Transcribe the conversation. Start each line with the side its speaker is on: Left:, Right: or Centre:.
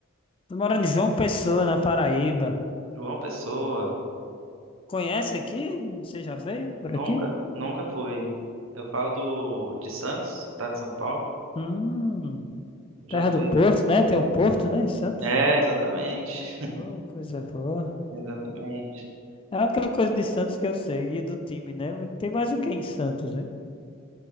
Left: Tô morando em João Pessoa, na Paraíba.
Right: João Pessoa.
Left: Conhece aqui? Você já veio por
Right: Nunca,
Left: aqui?
Right: nunca fui. Eu falo do de Santos, estado de São Paulo.
Left: Hum,
Right: Eu
Left: terra
Right: já fui.
Left: do Porto, né? Tem o Porto, né, em Santos?
Right: É, exatamente. <laughs>
Left: Oh, coisa boa.
Right: Exatamente.
Left: É a única coisa de Santos que eu sei, e do time, né? Mas Tem mais o que em Santos, hein?